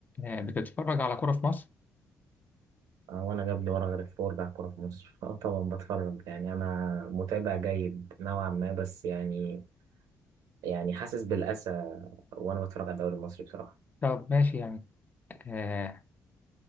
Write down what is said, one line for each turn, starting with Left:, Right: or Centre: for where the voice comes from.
Left: آه، بتتفرج على كرة في مصر؟
Right: آه، وانا جاب لي ورا غير الفور بتاع الكوره في مصر اه طبعا بتفرج يعني انا متابع جيد نوعا ما بس يعني يعني حاسس بالاسى وانا بتفرج على الدوري المصري بصراحه
Left: طب ماشي يعني آه،